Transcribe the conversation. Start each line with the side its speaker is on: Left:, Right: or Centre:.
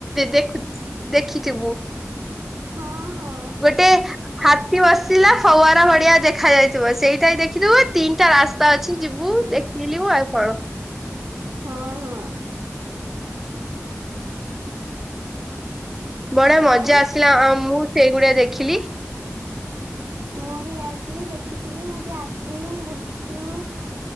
Centre: ଦେ <unintelligible> ଦେଖିଥିବୁ।
Right: ହଁ ହଁ
Centre: ଗୋଟେ ହାତୀ ବସିଲା ଫୱାର ଭଡିଆ ଦେଖା ଯାଇଥିବ ସେଇଟା ହ ଦେଖିଥିବୁ ତିନିଟା ରାସ୍ତା ଅଛି ଯିବୁ। ବୁଲିବୁ ଆଉ କ'ଣ?
Right: ହଁ ହଁ
Centre: ବଢଆ ମଜା
Right: ଆଉ
Centre: ଆସିଲା ଆ ମୁଁ ସେଇଗୁଡଆ ଦେଖିଲି।
Right: ମୁଁ ବି ଯାଇଥିଲି ଦେଖିଥିଲି ମୁଁ ବି ଆଇସ୍କ୍ରିମ ଗୁପଚୁପ।